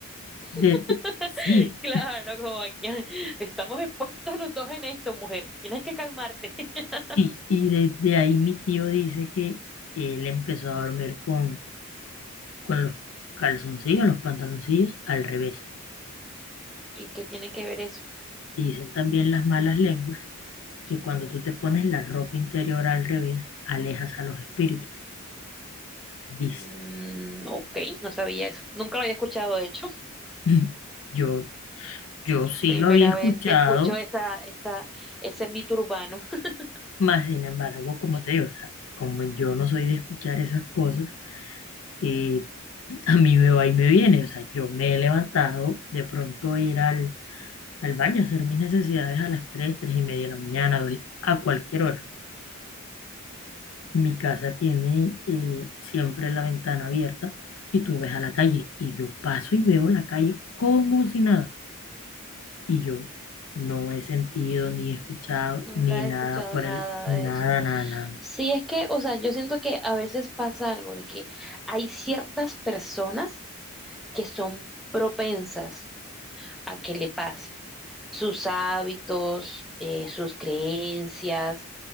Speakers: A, in the centre; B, on the left.
A: <laughs>
B: Desde, sí,
A: Claro, como ya estamos expuestos los dos en esto, mujer. Tienes que calmarte. <laughs>
B: sí. Y desde ahí mi tío dice que él empezó a dormir con, con los calzoncillos, los pantaloncillos al revés.
A: ¿Y qué tiene que ver eso?
B: Dicen también las malas lenguas que cuando tú te pones la ropa interior al revés, alejas a los espíritus. Dice,
A: Mm, ok, no sabía eso. Nunca lo había escuchado, de hecho.
B: <laughs> yo, yo sí
A: Primera
B: lo había escuchado,
A: vez que escucho esa, esa, ese mito urbano. <laughs>
B: mas sin embargo, como te digo, o sea, como yo no soy de escuchar esas cosas, eh, A mí me va y me viene, o sea, yo me he levantado de pronto a ir al, al baño a hacer mis necesidades a las 3 3 y media de la mañana, doy- a cualquier hora. Mi casa tiene eh, siempre la ventana abierta y tú ves a la calle y yo paso y veo la calle como si nada. Y yo no he sentido ni he escuchado
A: Nunca
B: ni nada
A: he escuchado
B: por
A: nada
B: el... Nada,
A: de eso.
B: nada, nada. nada.
A: Sí, es que, o sea, yo siento que a veces pasa algo de que hay ciertas personas que son propensas. a que le pase. Sus hábitos, eh, sus creencias,